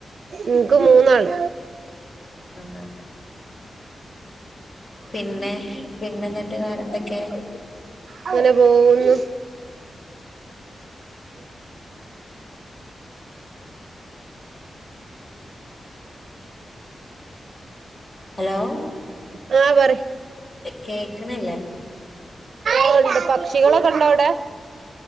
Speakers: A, on the right; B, on the left.
A: എനിക്ക് മൂന്ന് ആള്
B: ആന്ന് പിന്നെ പിന്നെ എന്നിട്ട് വേറെ എന്തൊക്കെ
A: ഇങ്ങനെ പോകുന്നു
B: ഹലോ
A: ആ പറ
B: കേക്കണല്ലേ
A: ഓണ്ട് പക്ഷികളൊക്കെ ഇണ്ടോ അവിടെ